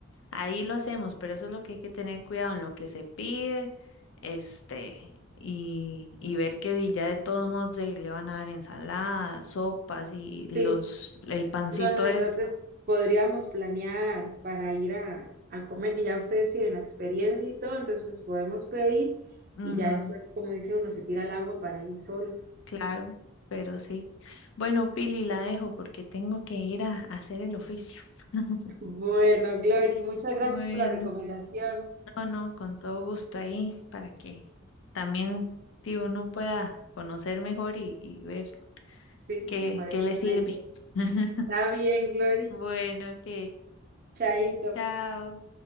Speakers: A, on the left; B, on the right.
A: ahí lo hacemos, pero eso es lo que hay que tener cuidado en lo que se pide, este, y, y ver que di- ya de todos modos de ahí le van a dar ensaladas, sopas y los,
B: sí,
A: el pancito
B: no, no, entonces
A: este.
B: podríamos planear para ir a, a comer y ya ustedes tienen la experiencia y todo, entonces podemos pedir
A: Ujú,
B: y ya después, como dice uno, se tira al agua para ir solos.
A: claro, pero sí. Bueno, Pili, la dejo porque tengo que ir a, a hacer el oficio. <laughs>
B: <laughs> Bueno, Glory, muchas
A: Bueno,
B: gracias por la recomendación.
A: no, no, con todo gusto ahí para que también, tío, uno pueda conocer mejor y, y ver.
B: Sí,
A: que,
B: me parece
A: que le sirve.
B: una idea.
A: <laughs>
B: Está bien, Glory.
A: Bueno, ok.
B: Chaito.
A: Chao.